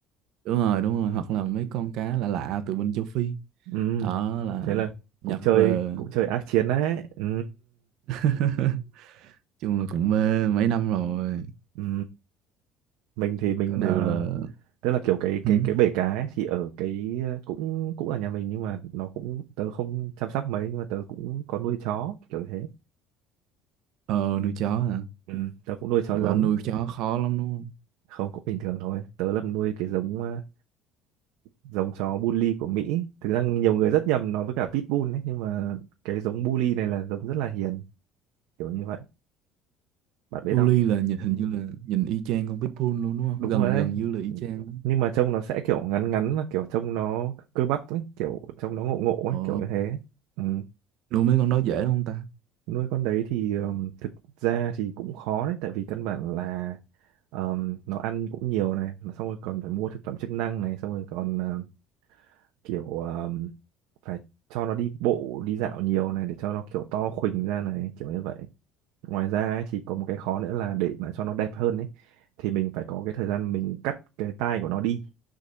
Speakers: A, on the right; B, on the right.
A: đúng rồi đúng rồi hoặc là mấy con cá lạ lạ từ bên châu Phi
B: ừ
A: đó là
B: thế là
A: nhập
B: cũng chơi
A: về
B: cũng chơi ác chiến đấy ừ
A: <laughs> chung là cũng mê mấy năm rồi
B: ừ mình thì mình
A: có điều
B: ờ,
A: là
B: tức là kiểu cái
A: hử?
B: cái cái bể cá ấy, thì ở cái ờ, cũng cũng ở nhà mình nhưng mà nó cũng tớ không chăm sóc mấy nhưng mà tớ cũng có nuôi chó kiểu thế
A: ờ nuôi chó hả
B: ừ tớ cũng nuôi chó giống
A: bảo nuôi chó khó lắm đúng không
B: không cũng bình thường thôi tớ là nuôi cái giống ờ, giống chó bully của Mỹ thực ra nhiều người rất nhầm nó với cả pitbull ấy nhưng mà cái giống bully này là giống rất là hiền kiểu như vậy bạn biết
A: Coolie
B: không
A: là nhìn hình như là nhìn y chang con Pitbull luôn đúng không?
B: đúng
A: Gần
B: rồi đấy
A: gần như là y chang. luôn.
B: nhưng mà trông nó sẽ kiểu ngắn ngắn và kiểu trông nó cơ bắp ấy kiểu trông nó ngộ ngộ
A: Ồ,
B: ấy kiểu như thế ừ.
A: nuôi mấy con đó dễ không ta?
B: nuôi con đấy thì ừm, thực ra thì cũng khó đấy tại vì căn bản là ừm, nó ăn cũng nhiều này mà xong rồi còn phải mua thực phẩm chức năng này xong rồi còn ờ, kiểu phải cho nó đi bộ đi dạo nhiều này để cho nó kiểu to khuỳnh ra này kiểu như vậy ngoài ra ấy, thì có một cái khó nữa là để mà cho nó đẹp hơn ấy thì mình phải có cái thời gian mình cắt cái tai của nó đi